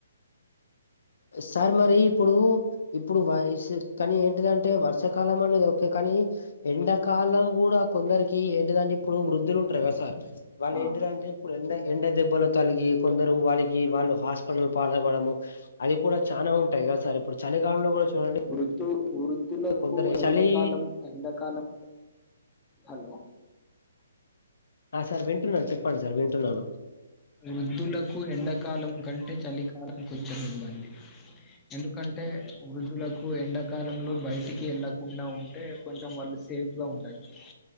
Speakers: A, on the left; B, on the left.
A: సార్ మరి ఇప్పుడు ఇప్పుడు <inaudible> కానీ ఏంటిదంటే చ్చకాలం అనేది ఓకే కానీ ఎండకాలం కూడా కొందరికి ఏంటిదంటే ఇప్పుడు వృద్ధులు ఉం టార్ కదా సార్ వాళ్ళు
B: ఆ
A: ఏంటిదంటే ఇప్పుడు ఎండ ఎండ దెబ్బలు తలిగి కొందరు వాళ్ళకి వాళ్ళు హాస్పిటల్ కి పాలవడము అది కూడా చాలా ఉంటాయి కదా సార్ ఇప్పుడు చలికాలంలో కూడా చూడండి
B: వృద్ధు వృద్ధులకు
A: కొందరు
B: ఎండాకాలం
A: చలి
B: ఎండాకాలం హలో
A: ఆ సార్ వింటున్నాను చెప్పండి సార్ వింటున్నాను
B: వృద్ధులకు ఎండాకాలం కంటే చలికాలం కొంచెం ఇబ్బంది ఎందుకంటే వృద్ధులకు ఎండాకాలంలో బయటికి వెళ్ళకుండా ఉంటే కొంచెం వాళ్ళు సేఫ్ గా ఉండచ్చు